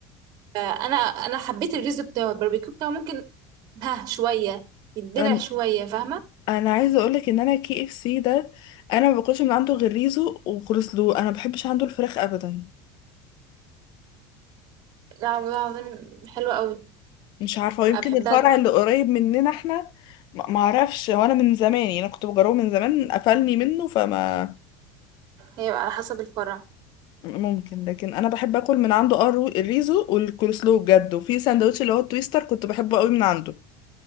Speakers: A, on the right; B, on the left.
A: فانا انا حبيت الريزو بتاعه الباربيكيو بتاعه ممكن ها شويه يدلع
B: انا
A: شويه فاهمه
B: أنا عايزه اقولك ان انا كي اف سي ده انا ما باكلش من عنده غير ريزو وكولسلو انا ما بحبش عنده الفراخ ابدا
A: لا والله العظيم حلوه قوي
B: مش عارفة ويمكن
A: انا بحبها
B: الفرع اللي قريب مننا احنا ما ما اعرفش هو انا من زمان يعني انا كنت بجربه من زمان قفلني منه فما
A: هيبقى على حسب الفرع
B: ممكن لكن انا بحب اكل من عنده اه الرو- الريزو والكولسلو بجد وفي ساندوتش اللي هو التويستر كنت بحبه قوي من عنده